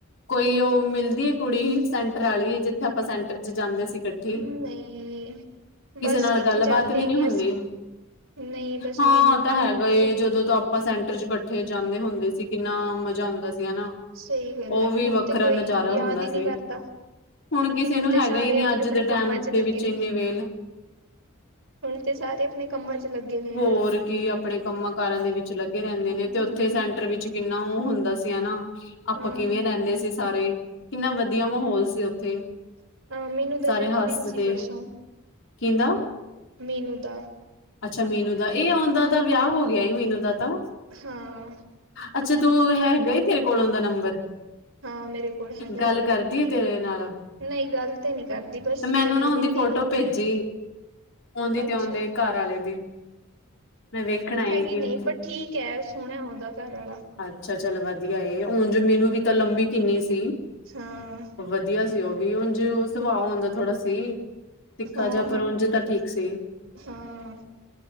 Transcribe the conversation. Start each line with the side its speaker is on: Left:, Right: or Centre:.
Left: ਕੋਈ ਉਹ ਮਿਲ ਦੇਖੀ ਕੁੜੀ ਸੈਂਟਰ ਵਾਲੀ, ਜਿੱਥੇ ਆਪਾਂ ਸੈਂਟਰ ਚ ਜਾਂਦੇ ਸੀ। ਇਕੱਠੇ
Right: ਨਹੀਂ
Left: ਹੋ, ਕਿਸੇ
Right: ਬਸ
Left: ਨਾਲ
Right: ਕਿੱਥੇ
Left: ਗੱਲਬਾਤ
Right: ਜਾਂਦੇ
Left: ਵੀ
Right: ਹੀ
Left: ਨੀ ਹੁੰਦੀ।
Right: ਅਸੀਂ ਨਹੀਂ ਬਸ
Left: ਹਾਂ
Right: ਮੈਨੂੰ
Left: ਔ
Right: ਨਾਲ
Left: ਤਾਂ ਹੈ
Right: ਹੁੰਦੀ
Left: ਬਈ, ਜਦੋਂ ਜਦੋਂ ਆਪਾਂ ਸੈਂਟਰ ਚ ਇਕੱਠੇ ਜਾਂਦੇ ਹੁੰਦੇ ਸੀ ਕਿੰਨਾ ਮਜ਼ਾ ਆਉਂਦਾ ਸੀ। ਹੇਨਾ,
Right: ਸਹੀ ਗੱਲ
Left: ਉਹ
Right: ਹੈ
Left: ਵੀ
Right: ਹੁਣ
Left: ਵੱਖਰਾ
Right: ਤੇ ਕੋਈ
Left: ਨਜ਼ਾਰਾ
Right: ਯਾਦ
Left: ਹੁੰਦਾ
Right: ਹੀ
Left: ਸੀ।
Right: ਨਹੀਂ ਕਰਦਾ
Left: ਹੁਣ ਕਿਸੇ ਨੂੰ
Right: ਤੇ
Left: ਹੈਗਾ
Right: ਸਾਰੇ
Left: ਹੀ ਨਹੀਂ
Right: ਆਪਣੇ-ਆਪਣੇ
Left: ਅੱਜ ਦੇ ਟਾਈਮ
Right: ਕੰਮਾਂ ਚ
Left: ਦੇ
Right: ਲੱਗੇ
Left: ਵਿੱਚ
Right: ਨੇ
Left: ਇੰਨੀ ਵੇਲ
Right: ਹੁਣ ਤੇ ਸਾਰੇ ਆਪਣੇ ਕੰਮਾਂ ਚ ਲੱਗੇ ਨੇ ਯਾਰ।
Left: ਹੋਰ ਕੀ ਅਪਣੇ ਕੰਮਾਂ-ਕਾਜ ਕਾਰਾਂ ਵਿੱਚ ਲੱਗੇ ਰਹਿੰਦੇ
Right: ਹੂੰ,
Left: ਨੇ ਤੇ, ਉੱਥੇ ਸੈਂਟਰ ਵਿੱਚ ਕਿੰਨਾ ਉਹ ਹੁੰਦਾ ਸੀ ਹੈਨਾ। ਆਪਾਂ
Right: ਹਾਂ
Left: ਕਿਵੇਂ ਰਹਿੰਦੇ ਸੀ ਸਾਰੇ, ਕਿੰਨਾ ਵਧੀਆ ਮਾਹੌਲ ਸੀ ਉੱਥੇ।
Right: ਹਾਂ ਮੀਨੂ ਦਾ
Left: ਸਾਰੇ
Right: ਜਨਮਦਿਨ
Left: ਹੱਸਦੇ
Right: ਸੀ ਪਰਸੋਂ,
Left: ਕਹਿੰਦਾ
Right: ਮੀਨੂ ਦਾ।
Left: ਅੱਛਾ ਮੀਨੂ ਦਾ। ਇਹ ਔਂਦਾ ਤਾਂ ਵਿਆਹ ਹੋ ਗਿਆ ਹੈ, ਮੀਨੂ ਦਾ ਤਾਂ।
Right: ਹਾਂ
Left: ਅੱਛਾ ਤੂੰ ਹੈਗਾ ਈ ਤੇਰੇ ਕੋਲ ਉਹਦਾ ਨੰਬਰ।
Right: ਹਾਂ ਮੇਰੇ ਕੋਲ ਹੈਗਾ
Left: ਗੱਲ
Right: ਉਹਦਾ
Left: ਕਰਦੀ
Right: ਨੰਬਰ।
Left: ਏ ਤੇਰੇ ਨਾਲ।
Right: ਨਹੀਂ ਗੱਲ ਤੇ ਨੀ ਕਰਦੀ ਬਸ
Left: ਮੈਨੂੰ
Right: ਜਨਮ
Left: ਨਾ ਉਹਦੀ
Right: ਦਿਨ ਦੀ
Left: ਫੋਟੋ ਭੇਜੀ। ਆਉਂਦੀ ਤੇ
Right: ਅੱਛਾ।
Left: ਆਉਂਦੇ ਘਰ ਆਲੇ ਦੀ ਮੈਂ ਵੇਖਣਾ ਕਿਵੇਂ
Right: ਕੀ ਨਹੀਂ ਪਰ ਠੀਕ ਹੈ ਸੋਹਣਾ ਉਹਦਾ ਘਰ ਆਾ
Left: ਅੱਛਾ ਚੱਲ ਵਧੀਆ ਏ ਹੁਣ ਜੋ ਮੈਨੂੰ ਵੀ ਤਾਂ ਲੰਬੀ ਕਿੰਨੀ ਸੀ
Right: ਹਾਂ,
Left: ਵਧੀਆ ਪਿਓ ਉਹ ਵੀ ਉਝ ਸੁਭਾਅ ਆਉਂਦਾ ਥੋੜ੍ਹਾ ਸੀ ਦਿਖਾ
Right: ਹਾਂ,
Left: ਜਾ ਪਰ ਉਝ ਤਾਂ ਠੀਕ ਸੀ
Right: ਹਾਂ।